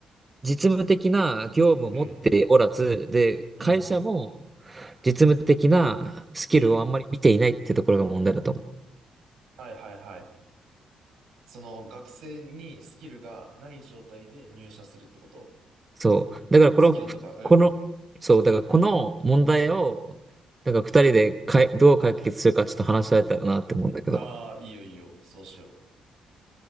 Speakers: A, on the right (about 25°); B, on the right (about 75°).
A: 実務的な業務を持っておらず、
B: うん、うん、
A: で、
B: うん、
A: 会社も実務的なスキルをあんまり見ていないっていうところが問題だと思う。
B: うん。はいはいはい。その学生にスキルがない状態で入社するってこと
A: そう。だからこの、
B: スキルとか、うん。
A: この、そう、だからこの問題を、なんか二人でかい、どう解決するかちょっと話し合えたらなって思うんだけど。
B: ああ、いいよいいよ。そうしよう。